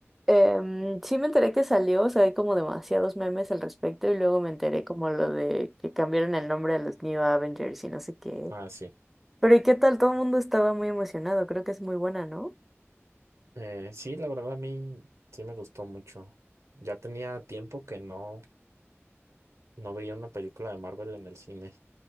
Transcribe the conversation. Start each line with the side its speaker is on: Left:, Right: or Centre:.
Centre: Em, sí me enteré que salió, o sea, hay como demasiados memes al respecto y luego me enteré como lo de que cambiaron el nombre a los New Avengers y no sé qué.
Right: Ah, sí.
Centre: Pero ¿y qué tal? Todo el mundo estaba muy emocionado, creo que es muy buena, ¿no?
Right: Eh, sí, la verdad a mí sí me gustó mucho. Ya tenía tiempo que no, no veía una película de Marvel en el cine.